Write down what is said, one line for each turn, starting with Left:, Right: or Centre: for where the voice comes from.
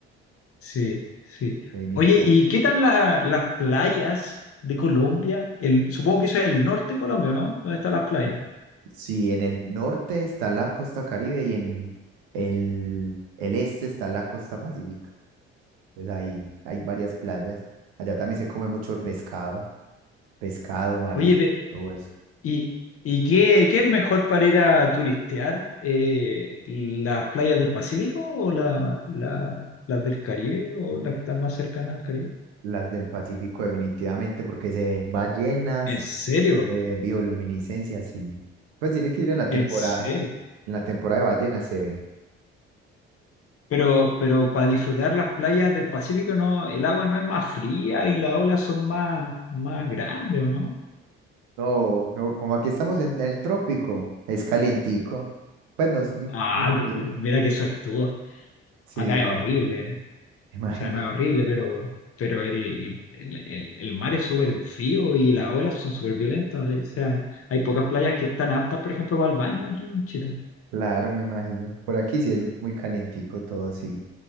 Left: sí, sí.
Right: definitiva.
Left: Oye, ¿y qué tal la- las playas de Colombia? El, supongo que eso es el norte de Colombia, ¿no? ¿Dónde están las playas?
Right: Sí, en el norte está la costa Caribe y en el, el este está la costa Pacífica. Pues ahí hay varias playas. Allá también se come mucho pescado, pescado, marisco,
Left: Oye, pe-
Right: todo eso.
Left: ¿y, y qué, qué es mejor para ir a turistear? Eh, ¿las playas del Pacífico o la, la- las del Caribe o
Right: Y
Left: las que están más cercanas al Caribe?
Right: las del Pacífico definitivamente porque se ven ballenas,
Left: ¿En serio?
Right: se ven bioluminiscencias y pues tiene que ir en la temporada,
Left: ¿En serio?
Right: en la temporada de ballenas se ve.
Left: Pero, pero para disfrutar las playas del Pacífico, no, el agua no es más fría y las olas son más, más grandes, ¿o no?
Right: No, no, como aquí estamos en el trópico, es calientico. Pues no es muy,
Left: Ah,
Right: muy frío.
Left: mira qué suertudo.
Right: Sí,
Left: Acá
Right: sí,
Left: es horrible. O
Right: <laughs> imagino.
Left: sea, no es horrible, pero, pero el, el, el- el mar es súper frío y las olas son súper violentas. O sea, hay pocas playas que están aptas, por ejemplo, para el baño aquí en Chile.
Right: Claro, me imagino. Por aquí sí es muy calientico todo, sí,